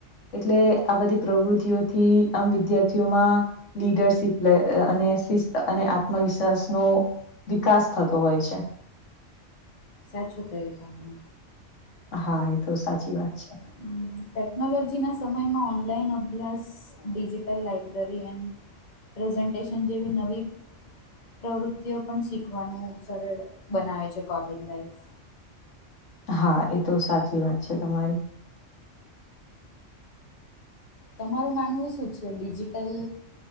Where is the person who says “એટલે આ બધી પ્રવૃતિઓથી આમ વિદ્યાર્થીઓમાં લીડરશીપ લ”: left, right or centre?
Left